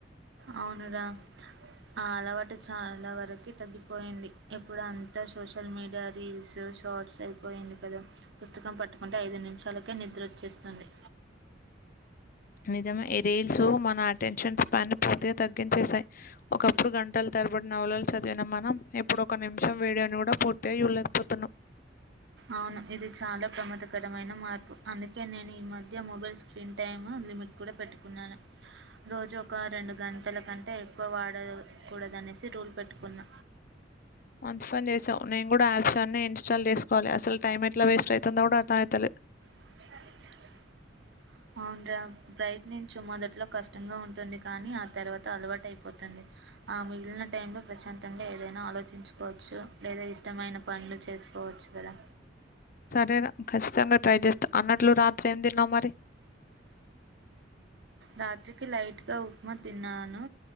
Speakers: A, on the right; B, on the left.
A: అవును రా ఆ అలవాటు చాల వరకు తగ్గిపోయింది ఇప్పుడు అంతా సోషల్ మీడియా రీల్స్ ఫ్రాడ్స్ అయిపోయింది కదా పుస్తకం పట్టుకుంటే ఐదు నిమిషాలకే నిద్ర వచ్చేస్తుంది
B: నిజమే ఈ రిల్స్ మన అటెన్షన్ పైన పూర్తిగ తగ్గించేశాయి ఒకప్పుడు గంటల తరబడినౌలలు చదివిన మనం ఇప్పుడు ఒక నిమిషం వేడి అని కూడ పూర్తిగా చూళ్లేకపోతున్నాం
A: అవును ఇది చాల ప్రమాదకరమైన మార్పు అందుకే నేను ఈ మధ్య మొబైల్ స్క్రీన్ టైమ్ లిమిట్ కూడ పెట్టుకున్నాను రోజు ఒక రెండు గంటల కంటే ఎక్కువ వాడకూడ అనేసి రూల్ పెట్టుకున్న
B: <unintelligible> మంచి పని చేసావు నేను కూడ యాప్స్ అన్నీ ఇన్స్టాల్ చేసుకోవలే అసలు టైం ఎట్లా వేస్ట్ అవుతుందో కూడ అర్థమవుతలేదు
A: <unintelligible>
B: <unintelligible>
A: అవును రా ప్రయత్నించు మొదట్లో కష్టంగా ఉంటుంది కానీ ఆ తర్వాత అలవాటు అయిపోతుంది ఆ మిగిలిన టైమ్ లో ప్రశాంతంగా ఏదైన ఆలోచించుకోచ్చు లేదా ఇష్టమైన పనులు చేసుకో చ్చు కదా
B: సరేర ఖచ్చితంగా ట్రై చేస్తా అన్నట్లు రాత్రి ఏం తిన్నావు మరి
A: రాత్రికి లైట్ గా ఉప్మా తిన్నాను